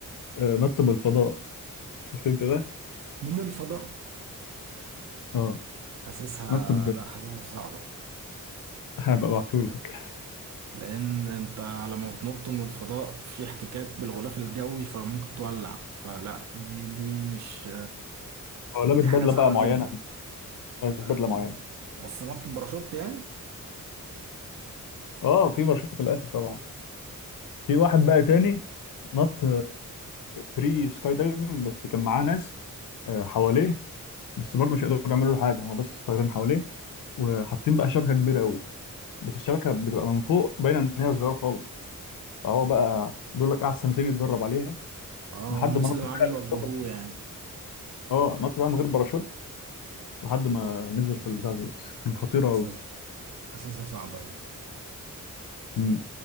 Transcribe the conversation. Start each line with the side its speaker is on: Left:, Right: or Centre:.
Left: آه، نط من الفضاء شفت أنت ده؟
Right: من الفضاء
Left: أه
Right: حاسسها
Left: نط من
Right: لا حاسسها صعبه
Left: هبقى ابعتهولك
Right: لان انت لما بتنط من الفضاء في احتكاك بالغلاف الجوي فممكن تولع فلا دي دي مش
Left: هو لابس
Right: دي
Left: بدله
Right: حاجه صعبه
Left: بقى معينه
Right: جدا
Left: لابس
Right: آه،
Left: بدله
Right: ممكن
Left: معينه
Right: بس نط باراشوت يعني
Left: اه في باراشوت في الاخر طبعا في واحد بقى تاني نط فري سكاي دايفنج بس كان معاه ناس آه، حواليه بس برضه مش قادروا يعملوا له حاجه هو بس طايرين حواليه وحاطين بقى شبكه كبيره قوي بس الشبكه بتبقى من فوق باينه ان هي صغيره خالص فهو بقى بيقول لك قعد سنتين يتدرب عليها
Right: اه
Left: لحد
Right: والناس
Left: ما نط
Right: اللي معاه بيوجهوه
Left: فعلا من غير-
Right: يعني
Left: اه نط بقى من غير باراشوت لحد ما نزل في البتاع دي بس كانت خطيره
Right: حاسسها
Left: قوي
Right: حاسسها صعبه
Left: مم.